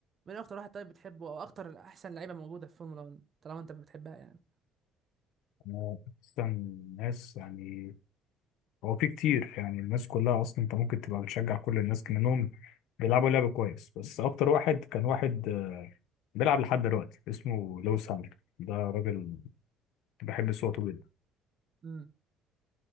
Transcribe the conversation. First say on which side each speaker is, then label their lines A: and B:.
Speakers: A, on the right; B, on the left.
A: مين اكتر واحد طيب بتحبه او اكتر احسن لعيبه موجوده في فورمولا 1 طالما انت بتحبها يعني
B: انا اصلا الناس يعني هو في كتير يعني الناس كلها اصلا انت ممكن تبقى بتشجع كل الناس منهم بيلعبوا لعب كويس بس اكتر واحد كان واحد آه، بيلعب لحد دلوقتي اسمه لويس هامilton ده راجل بحب صوته جدا
A: امم